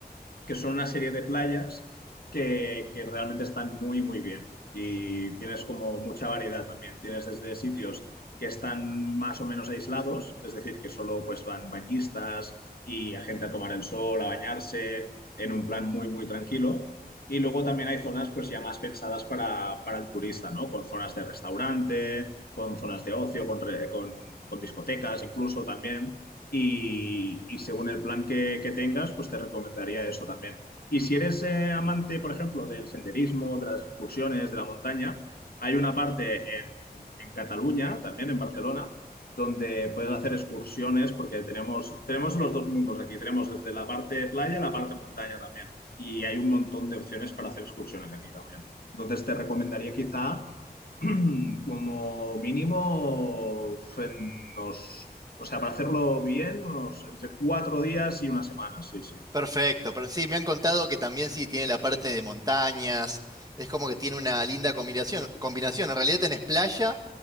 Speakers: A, on the left (about 65°); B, on the right (about 20°).
A: que son una serie de playas que, que realmente están muy, muy bien. Y tienes como mucha variedad también. Tienes desde sitios que están más o menos aislados, es decir, que solo pues van bañistas y a gente a tomar el sol, a bañarse, en un plan muy, muy tranquilo. Y luego también hay zonas pues ya más pensadas para, para el turista, ¿no? Con zonas de restaurante, con zonas de ocio, con, re- con, con discotecas incluso también y, y según el plan que, que tengas, pues te recomendaría eso también. Y si eres eh, amante, por ejemplo, del senderismo, de las excursiones, de la montaña, hay una parte en, en Cataluña, también en Barcelona, donde puedes hacer excursiones porque tenemos, tenemos los dos mundos aquí. Tenemos desde la parte playa y la parte montaña también. Y hay un montón de opciones para hacer excursiones aquí también. Entonces te recomendaría quizá <clears throat> como mínimo en unos o sea, para hacerlo bien, unos entre cuatro días y una semana, sí, sí.
B: Perfecto, pero sí, me han contado que también sí tiene la parte de montañas, es como que tiene una linda combinación, combinación. En realidad tenés playa,